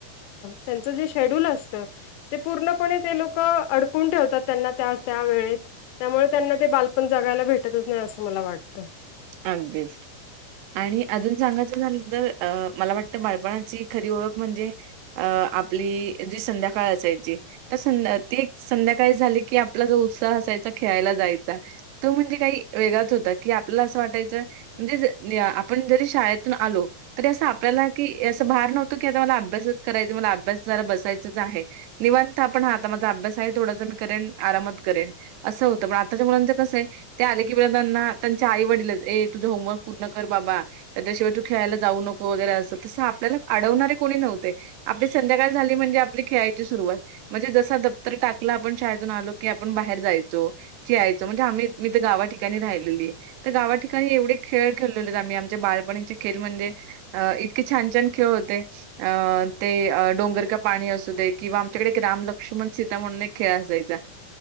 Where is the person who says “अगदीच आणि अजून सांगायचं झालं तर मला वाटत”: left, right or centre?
Right